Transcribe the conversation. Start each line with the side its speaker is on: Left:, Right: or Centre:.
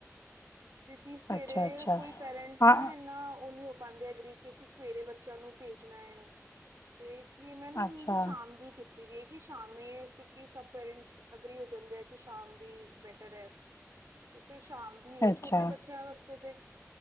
Right: ਕਿਉਂਕਿ ਸਵੇਰੇ
Left: ਅੱਛਾ-ਅੱਛਾ
Right: ਕੋਈ ਪੇਰੈਂਟਸ
Left: ਹਾਂ
Right: ਨਾ ਇੰਨਾ ਉਹ ਨੀ ਪਾਂਦੇ ਐਗਰੀ ਕਿ ਅਸੀਂ ਸਵੇਰੇ ਬੱਚਿਆਂ ਨੂੰ ਭੇਜਣਾ ਏ। ਤੇ ਇਸ ਲਈ ਮੈਂ ਨਾ ਉਹਨਾਂ
Left: ਅੱਛਾ,
Right: ਦੀ ਸ਼ਾਮ ਦੀ ਕੀਤ ਦੀ ਹੈ ਕਿ ਸ਼ਾਮੀ ਕਿਉਂਕਿ ਸਭ ਪੇਰੈਂਟਸ ਅਗਰੀ ਹੋ ਜਾਂਦੇ ਆ ਕਿ ਸ਼ਾਮ ਦੀ ਬੈਟਰ ਹੈ। ਤੇ ਫਿਰ ਸ਼ਾਮ ਦੀ ਏ
Left: ਅੱਛਾ।
Right: ਛੋਟੇ ਬੱਚਿਆਂ ਵਾਸਤੇ ਤੇ